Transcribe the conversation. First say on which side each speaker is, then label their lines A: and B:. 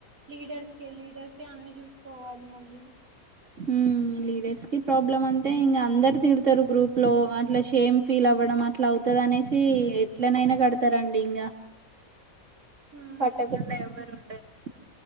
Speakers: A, on the right; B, on the right.
A: లీడర్స్కే లీడర్సే అన్నీ చూసుకోవాలి మళ్ళీ
B: మ్ లీడర్స్ కి ప్రాబ్లమ్ అంటే ఇంకా అందరు తిడతారు గ్రూప్ లో అట్లా షేమ్ ఫీల్ అవ ఇవ్వడం అట్లా అవుతంది అనేసి ఎట్లనైనా కడతారండి ఇంకా
A: అవునండి
B: కట్టకుండా ఎవరు ఉండరు